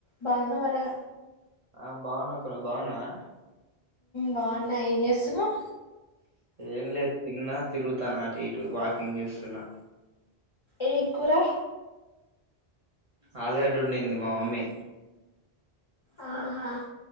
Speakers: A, on the left; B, on the right.
A: బాగున్నవారా
B: ఆ బాగున్నాకును నువ్వు బాగున్నావ ఆ
A: బాగున్నా ఏం చేస్తున్నావు
B: ఏం లేదు తిన్నా తిరుగుతాన అటు ఇటు వాకింగ్ చేస్తున్నా
A: ఏ కూరా
B: ఆలుగడ్డ వండింది మా మమ్మీ
A: ఆహా